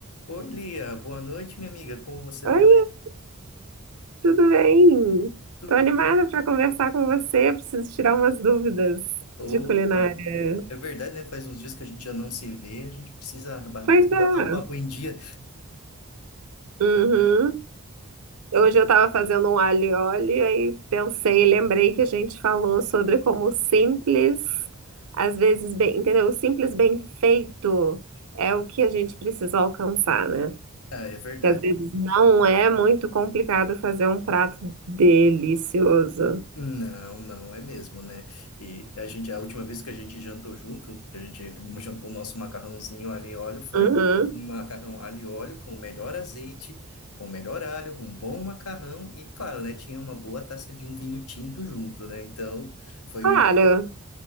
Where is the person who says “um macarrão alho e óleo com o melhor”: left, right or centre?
Left